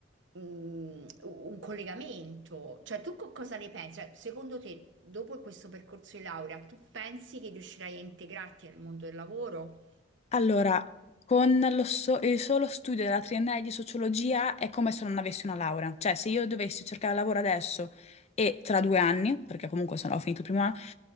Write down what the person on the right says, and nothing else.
mm, un collegamento. Cioè, tu co- cosa ne pensi? Cioè, secondo te, dopo questo percorso di laurea, tu pensi che riuscirai a integrarti nel mondo del lavoro?